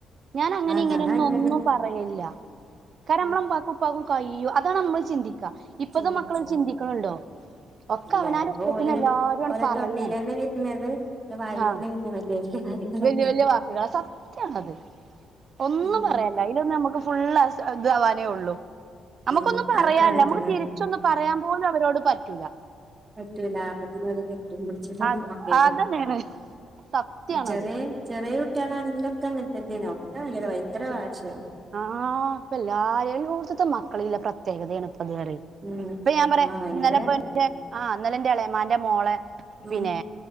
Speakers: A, on the right (about 50°); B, on the right (about 30°).
A: ഞാൻ അങ്ങനെയിങ്ങനെ
B: ആഹ് ഞാനും അങ്ങനെ
A: ഒന്നും
B: തന്നെ
A: പറയില്ല കാരണം
B: ഉം
A: നമ്മളപ്പ കയ്യോ അതാ നമ്മൾ ചിന്തിക്ക ഇപ്പത്തെ
B: ചിന്തിച്ച
A: മക്കളൊ ചിന്തിക്കണണ്ടോ ഒക്കെ
B: ഇല്ല
A: അവനരു
B: ഇപ്പൊ
A: ഇഷ്ടത്തിന്
B: ഓല്
A: എല്ലാരും
B: ഓലെ
A: പറയ
B: തൊള്ളിലെന്നെ വരുന്നത് ഓലെ വായിലെന്നെ
A: ആ
B: വരുന്ന വല്യ വല്യ കാര്യങ്ങളേക്കാരം
A: വല്യ വല്യ വാക്കുകളാ സത്യണത് ഒന്നും
B: ഉം
A: പറയല്ല ഇലൊന്ന് നമുക്ക് ഫുൾ ഇതവാനേ ഉള്ളൂ നമുക്കൊന്നും
B: ഉം
A: പറയല്ല
B: അതൊക്കെ അങ്ങനെ
A: നമുക്ക്
B: തന്നെ
A: തിരിച്ചൊന്ന് പറയാൻ പോലും അവരോട് പറ്റൂല്ല
B: ഏറ്റവും ലാഭത്തിന് വരെ തെറ്റും പിടിച്ചട്ടോ
A: അത്
B: ഒക്കെക്ക
A: അതന്നെയാണ് സത്യാണത്
B: ചെറിയ ചെറിയ കുട്ടിക ആളാണെങ്കിലൊ ഒക്കെ അങ്ങനെ തന്നെ ഒക്കെ ഭയങ്കര വാശിയാ
A: ആഹ് ഇപ്പ എല്ലാരെയും കൂടുത്തട്ട <unintelligible> മക്കള ഇല്ല പ്രത്യേകതയണ ഇപ്പത്വരെ
B: ഉം
A: ഇപ്പൊഴെ ഞാൻ പറയാ
B: ആഹ് ഭയങ്കര
A: ഇന്നലെപ്പോ എന്റെ ഇളയമ്മാന്റെ മോളേ ആ
B: ഉം
A: പിന്നെ